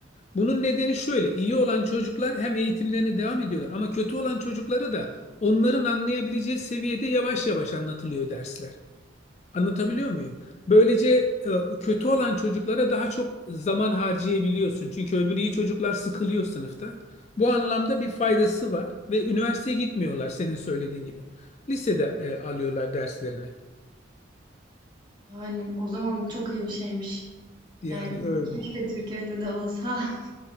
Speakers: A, on the left; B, on the right.
A: Bunun nedeni şöyle. iyi olan çocuklar hem eğitimlerine devam ediyorlar ama kötü olan çocuklara da onların anlayabileceği seviyede yavaş yavaş anlatılıyor dersler. Anlatabiliyor muyum? Böylece e, kötü olan çocuklara daha çok zaman harcayabiliyorsun. Çünkü öbürü iyi çocuklar sıkılıyor sınıfta. Bu anlamda bir faydası var ve üniversiteye gitmiyorlar senin söylediğin gibi. Lisede e, alıyorlar derslerini.
B: Yani, o zaman bu çok iyi bir şeymiş.
A: Yani
B: Yani,
A: öyle.
B: keşke Türkiye'de de olsa. <laughs>